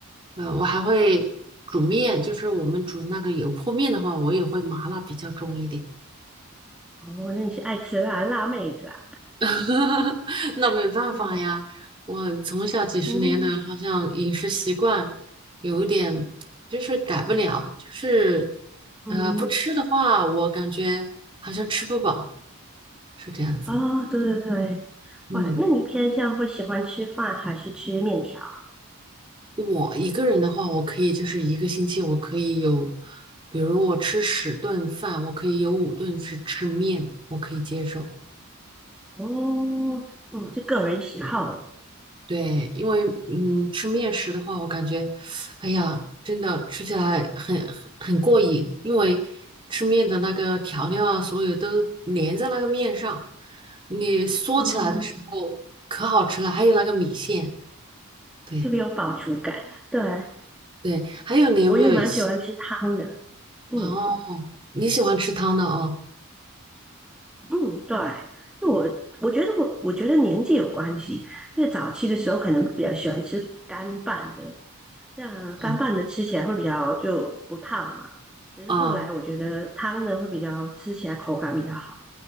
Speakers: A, on the right; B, in the centre.
A: 呃，我还会煮面，就是我们煮那个油泼面的话，我也会麻辣比较重一点。
B: 哦，那你是爱吃辣辣妹子啊？
A: <laughs> 那没办法呀，
B: 对，
A: 我从小几十年的好像饮食习惯
B: 嗯
A: 有一点就是改不了，就是
B: 嗯，
A: 呃不吃的话，我感觉好像吃不饱，是这样子。
B: 哦，对对对，
A: 嗯，
B: 哇，那你偏向会喜欢吃饭还是吃面条？
A: 我一个人的话，我可以就是一个星期我可以有，比如我吃十顿饭，我可以有五顿是吃面，我可以接受。
B: 哦，哦，这个人喜好了
A: 对，因为嗯，吃面食的话，我感觉，哎呀，真的吃起来很很很过瘾，因为吃面的那个调料啊，所有都粘在那个面上，你嗦起来的时候可好吃了。
B: 哦，
A: 还有那个米线，对
B: 特别有饱足感。对，
A: 对，还有你有没有喜
B: 我也蛮喜欢吃汤的，嗯
A: 哦？你喜欢吃汤的哦？
B: 嗯，对。那我我觉得我我觉得年纪有关系，因为早期的时候可能比较喜欢吃干拌的，那干拌的吃起来会比较就不烫嘛，
A: 嗯
B: 只是后来我觉得汤的会比较吃起来口感比较好。
A: 啊